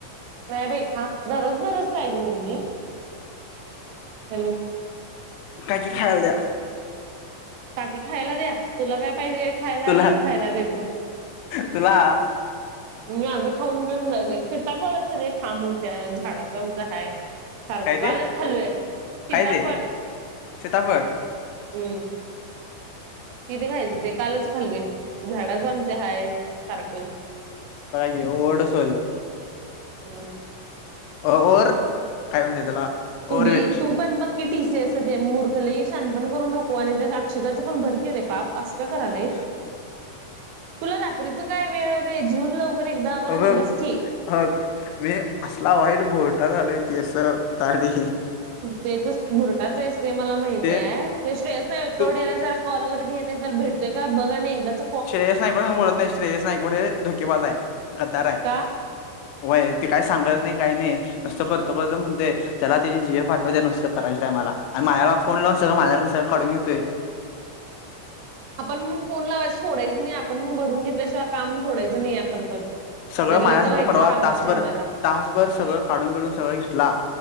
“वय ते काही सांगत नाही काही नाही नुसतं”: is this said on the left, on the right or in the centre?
Left